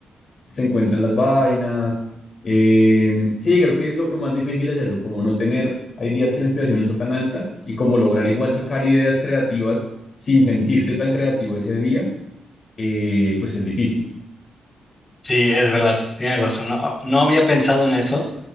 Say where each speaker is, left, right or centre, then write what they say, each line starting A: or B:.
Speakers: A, on the left (about 45°); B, on the left (about 25°).
A: se encuentran las vainas. Eh, sí, creo que lo, lo, más difícil es eso, como no tener, hay días que la inspiración no está tan alta y como lograr igual sacar ideas creativas sin sentirse tan creativo ese día, eh, pues es difícil.
B: Sí, es verdad, tienes razón. No, no había pensado en eso,